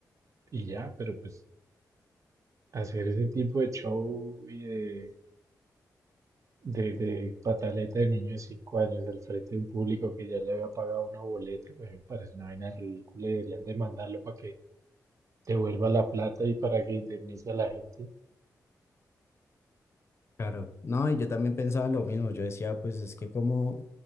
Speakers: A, on the right; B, on the left.
A: y ya, pero pues hacer ese tipo de show y de, de, de pataleta de niño de 5 años al frente de un público que ya le había pagado una boleta, pues, me parece una vaina ridícula y deberían demandarlo para que devuelva la plata y para que indemnice a la gente.
B: Claro, no, y yo también pensaba lo mismo, yo decía, pues es que cómo,